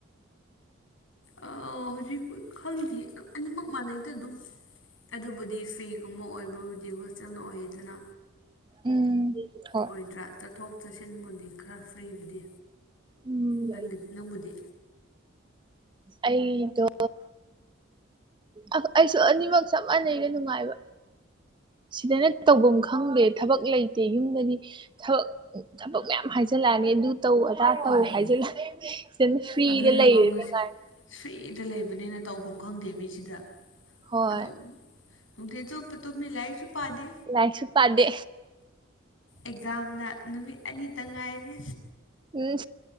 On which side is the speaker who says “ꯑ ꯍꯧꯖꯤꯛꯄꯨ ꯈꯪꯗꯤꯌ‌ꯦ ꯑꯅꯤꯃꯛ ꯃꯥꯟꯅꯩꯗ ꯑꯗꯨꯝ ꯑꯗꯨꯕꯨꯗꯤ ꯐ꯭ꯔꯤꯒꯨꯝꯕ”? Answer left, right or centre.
Left